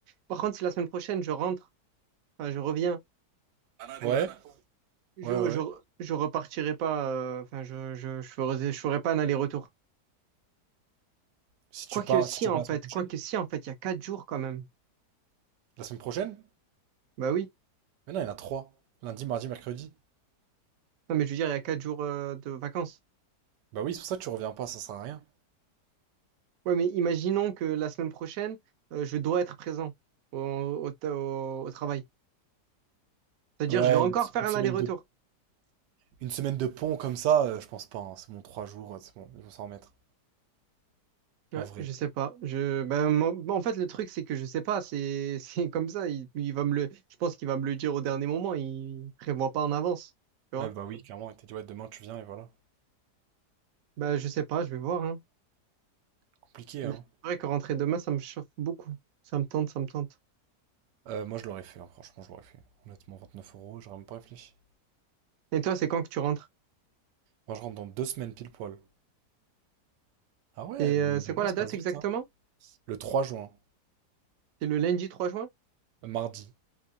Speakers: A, on the right (about 65°); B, on the right (about 85°).
A: Par contre, si la semaine prochaine je rentre, enfin je reviens, pour...
B: Ouais,
A: je,
B: ouais.
A: je, je repartirai pas. euh, Enfin, je, je, je ferai, je ferai pas un aller-retour.
B: Si tu
A: Quoique
B: pars,
A: si
B: si tu
A: en
B: reviens
A: fait,
B: la semaine prochaine,
A: quoique si en fait, il y a quatre jours quand même.
B: la semaine prochaine,
A: Bah oui.
B: mais non, il y en a trois. Lundi, mardi, mercredi.
A: Non, mais je veux dire, il y a quatre jours euh, de vacances.
B: Bah oui, c'est pour ça que tu reviens pas, ça sert à rien.
A: Ouais, mais imaginons que la semaine prochaine, euh, je dois être présent au, au, au au travail. C'est-à-dire,
B: Ouais,
A: je vais encore
B: une,
A: faire
B: une
A: un
B: semaine
A: aller-retour.
B: de, une semaine de pont comme ça, euh, je pense pas. hein. C'est bon, trois jours, euh, c'est bon, ils vont s'en remettre.
A: Ouais,
B: En vrai.
A: je sais pas. Je, ben, mo- en fait, le truc, c'est que je sais pas. C'est, <laughs> c'est comme ça. Il, il va me le, je pense qu'il va me le dire au dernier moment. Il prévoit pas en avance. Tu vois?
B: Ouais, bah oui, clairement, il t'a dit, ouais, demain tu viens et voilà.
A: Ben, je sais pas. Je vais voir. hein.
B: Compliqué,
A: Mais
B: hein.
A: c'est vrai que rentrer demain, ça me chauffe beaucoup. Ça me tente, ça me tente.
B: Euh, moi, je l'aurais fait, hein, franchement, je l'aurais fait. Honnêtement, 29 euros, j'aurais même pas réfléchi.
A: Et toi, c'est quand que tu rentres?
B: Moi, je rentre dans deux semaines pile poil. Ah ouais,
A: Et
B: mine
A: euh, c'est
B: de
A: quoi
B: rien,
A: la
B: ça
A: date
B: passe
A: exactement?
B: vite, hein. Le trois juin,
A: C'est le lundi trois juin?
B: euh, mardi.